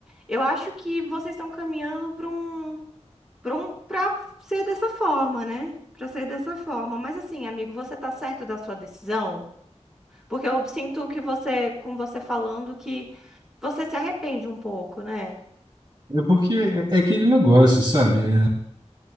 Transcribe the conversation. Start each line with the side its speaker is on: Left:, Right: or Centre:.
Centre: Eu acho que vocês estão caminhando para um, para um, para ser dessa forma, né? Para ser dessa forma. Mas assim, amigo, você tá certo da sua decisão? Porque eu sinto que você, com você falando, que você se arrepende um pouco, né?
Right: É porque é, é aquele negócio, sabe? É,